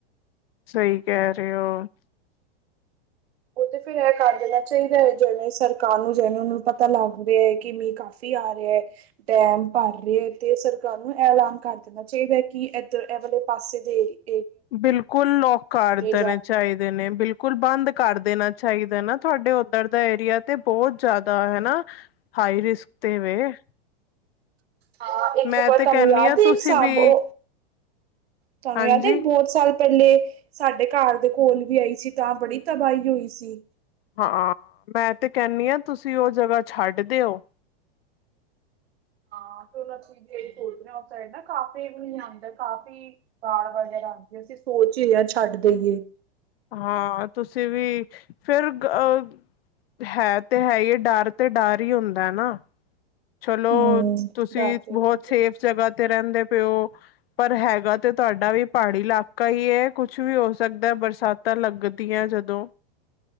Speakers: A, on the left; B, on the right.
A: ਸਹੀ ਕਹਿ ਰਹੇ ਓ
B: ਓਹ ਤੇ ਫਿਰ ਐਹ ਕਰ ਦੇਣਾ ਚਾਹੀਦੈ ਜਿਵੇਂ ਸਰਕਾਰ ਨੂੰ ਜਿਵੇਂ ਓਨਾਨੂੰ ਪਤਾ ਲੱਗ ਰਿਆ ਕਿ ਮੀਂ ਕਾਫ ਫੀ ਆ ਰਿਐ। ਡੈਮ ਭਰ ਰੇ ਤੇ ਸਰਕਾਰ ਨੂੰ ਐ ਐਲਾਨ ਕਰ ਦੇਣਾ ਚਾਈਦੈ ਕਿ ਐਧਰ ਐ ਵਾਲੇ ਪਾਸੇ ਦੇ ਏਰੀ
A: ਬਿਲਕੁਲ ਲੋਕ ਕਰ ਦੇਨੇ
B: ਜਾਣ
A: ਚਾਈਦੇ ਨੇ ਬਿਲ ਬਿਲਕੁਲ ਬੰਦ ਕਰ ਦੇਣਾ ਚਾਈਦਾ ਨਾ ਤੁਹਾਡੇ ਓਧਰ ਦਾ ਏਰੀਆ ਤੇ ਬਹੁਤ ਜਿਆਦਾ ਹੈਨਾ। ਹਾਈ ਰਿਸਕ ਤੇ ਵੇ।
B: ਹਾਂ, ਇੱਕ
A: ਮੈਂ
B: ਦੋ ਬਾਰ
A: ਤੇ
B: ਤੁਹਾਨੂੰ
A: ਕਹਿੰਦੀ
B: ਯਾਦ
A: ਹਾਂ
B: ਏ
A: ਤੁਸੀਂ
B: ਇੱਕ ਸਾਬ
A: ਵੀ
B: ਓ ਤੁਹਾਨੂੰ
A: ਹਾਂਜੀ
B: ਯਾਦ ਏ ਇਕ ਬਹੁਤ ਸਾਲ ਪਹਿਲੇ ਸਾਡੇ ਘਰ ਦੇ ਕੋਲ ਵੀ ਆਈ ਸੀ ਤਾਂ ਬੜੀ ਤਬਾਹੀ ਹੋਈ ਸੀ।
A: ਹਾਂ, ਮੈਂ ਤੇ ਕਹਿਨੀ ਆਂ ਤੁਸੀਂ ਓਹ ਜਗ੍ਹਾ ਛੱਡ ਦਿਓ।
B: ਹਾਂ, ਸੋਲਾ ਤਰੀਕ ਦੀ ਐਹੀ ਸੋਚ ਰੀ ਆਂ ਉਸ ਸਾਈਡ ਨਾ ਕਾਫੀ ਮੀਂਹ ਆੰਦੈ ਕਾਫੀ ਤਾਰ ਵਗੈਰਾ ਹੋਂਦੀ ਐ ਅਸੀਂ ਸੋਚ ਹੀ ਰਹੇ ਆਂ ਅਸੀਂ ਛੱਡ ਦੇਈਏ।
A: ਹਾਂ, ਤੁਸੀਂ ਵੀ ਫੇਰ ਗ ਅਹ ਹੈ ਤੇ ਹੈ ਹੀ ਏ, ਡਰ ਤੇ ਡਰ ਹੀ ਹੁੰਦੈ ਨਾ। ਚਲੋ
B: ਹੂੰ
A: ਤੁਸੀਂ
B: ਡਰ ਤੇ
A: ਬਹੁਤ
B: ਗਈ
A: ਸੇਫ
B: ਏ
A: ਜਗ੍ਹਾ ਤੇ ਰਹਿੰਦੇ ਪਏ ਓ ਪਰ ਹੈਗਾ ਤੇ ਤੁਆਡਾ ਵੀ ਪਹਾੜੀ ਇਲਾਕਾ। ਕਾ ਈ ਏ, ਕੁਛ ਵੀ ਹੋ ਸਕਦੈ ਬਰਸਾਤਾਂ ਲੱਗਦੀਐ ਜਦੋਂ।